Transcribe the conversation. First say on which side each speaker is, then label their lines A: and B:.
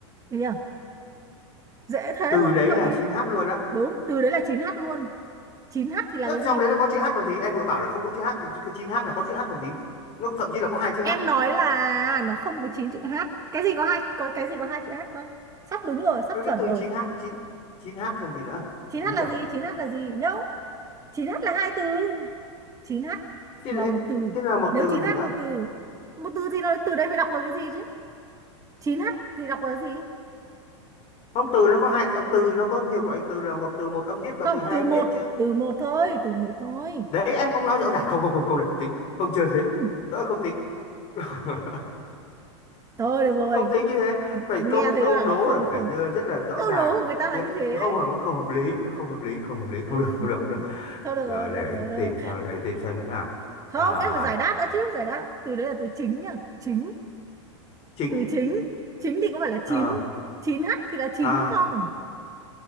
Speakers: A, on the right; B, on the left.
A: được chưa dễ thế
B: từ
A: rồi
B: đấy
A: gợi
B: là
A: ý
B: chín h luôn á
A: đúng từ đấy là chín h luôn chín h thì là
B: Nó
A: cái gì?
B: trong đấy nó có chữ H còn gì? Em vừa bảo là không có chữ H thì cái chín h là có chữ H còn gì? Nó thậm chí là có hai chữ
A: Em
B: H.
A: nói là nó không có 9 chữ H. Cái gì có hai có cái gì có hai chữ H không? Sắp đúng rồi, sắp
B: Nó cái
A: chuẩn
B: từ
A: rồi.
B: 9H, chín h chín chín h còn gì nữa?
A: Chín
B: Đúng
A: h là
B: chưa?
A: gì? Chín h là gì? Nhớ. Chín h là hai từ. Chín h
B: thế
A: là
B: là
A: một từ.
B: thế là một
A: Nếu
B: từ còn
A: chín
B: gì
A: h
B: nữa?
A: một từ, một từ thì nó từ đây phải đọc là cái gì chứ? Chín h thì đọc là gì?
B: Không từ nó có hai âm từ nó có nhiều loại từ là một từ một âm tiết
A: Không,
B: và từ hai
A: từ
B: âm
A: một,
B: tiết chứ.
A: từ một thôi, từ một thôi.
B: Đấy em không nói rõ ràng. Không không không câu này không tính. Không chơi thế.
A: <clears throat> Ừ,
B: Đó không tính. <laughs>
A: Thôi được rồi.
B: Không tính như thế. Phải câu
A: Nghe thấy
B: câu
A: là
B: đố
A: là không
B: là
A: không.
B: phải đưa rất là rõ
A: Câu
B: ràng.
A: đố của người ta
B: Đưa
A: là như
B: nó
A: thế
B: không
A: đấy.
B: hợp không hợp lý, nó không hợp lý, không hợp lý,
A: Ừ,
B: không được, không được, không được.
A: Thôi được rồi,
B: Ờ, để
A: thôi được
B: em
A: rồi, thôi được
B: tìm
A: rồi.
B: sao để em tìm xem nữa à,
A: không
B: à
A: em phải giải đáp đã chứ giải đáp từ đấy là từ chính nhá chính
B: chính
A: từ chính chính thì có phải là
B: à,
A: chín chín h thì là chính
B: à
A: không